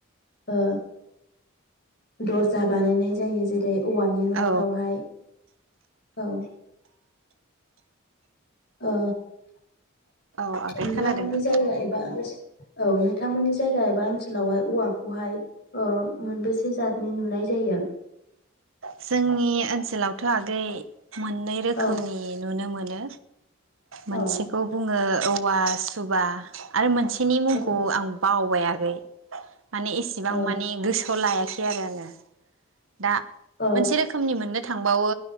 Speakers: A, on the left (about 50°); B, on the right (about 70°).
A: ओ दर्जा बानायनाय जायो जेरै औवानि न'फ्रावहाय
B: औ
A: औ ओ
B: औ आगै
A: नोंथांमोननि
B: खोनादोंना
A: जायगा एबा ओन औ नोंथांमोननि जायगा एबा ओनसोलावहाय औवाखौहाय ओ मोनबेसे जातनि नुनाय जायो
B: जोंनि ओनसोलावथ' आगै मोननै रोखोमनि
A: औ
B: नुनो मोनो मोनसेखौ
A: औ
B: बुङो औवा सुबा आरो मोन सेनि मुंखौ
A: औ
B: आं बावबाय आगै माने एसेबां
A: औ
B: माने गोसोआव लाया खै आरो आङो दा
A: औ
B: मोनसे रोखोमनि मोननो थांबावो